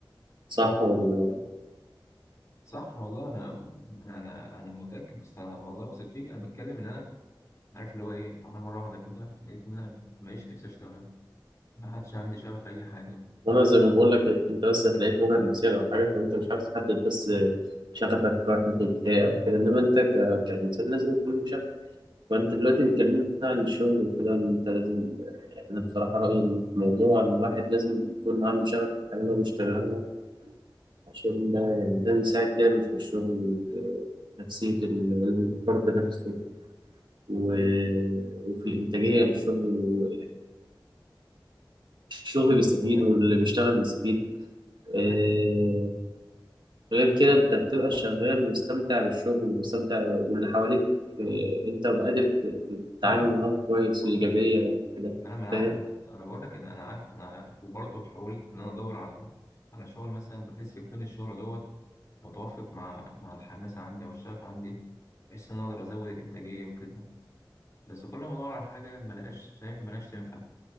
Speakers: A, on the right; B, on the left.
A: صح ولا
B: صح والله انا انا انا أنا متاكد بس انا والله واثق فيك انا بتكلم ان انا عارف اللي هو ايه انا مره واحده كده لقيت ان انا ماليش نفسي اشتغل ما حدش عندي شغف في اي حاجه
A: وانا زي ما بقول لك انت بس هتلاقيك مجهد نفسيا او حاجه فانت مش عارف تحدد بس شغفك رايح ناحيه ايه او كده انما انت ك... كانسان لازم يكون لك شغف وانت دلوقتي بيتكلمنا عن الشغل وكده إن انت لازم يعني انا بصراحه رايي إن في موضوع ان الواحد لازم يكون عنده شغف في الحاجه اللي هو بيشتغلها عشان ده يعني ده بيساعد جامد في الشغل آه، نفسيه ال- الحر بنفسه و... وفي انتاجيه للشغل و- الشغل بيستفيد
B: أنا فاهم
A: واللي بيشتغل بيستفيد آه،
B: انا
A: غير كده انت بتبقى شغال مستمتع بالشغل ومستمتع واللي حواليك آه، انت بقى قادر ت- ت- تتعامل
B: فاهمك
A: معاهم كويس
B: والله
A: وإيجابية وكده
B: انا ما انا
A: فاهم
B: عارف انا بقول لك ان انا عارف انا وبرضه حاولت ان انا ادور على على شغل مثلا بحيث يكون الشغل دوت متوافق مع مع الحماس عندي او الشغف عندي بحيث ان أنا اقدر ازود الانتاجيه وكده بس كل ما ادور على حاجه ما لقاش ما لقاش تنفع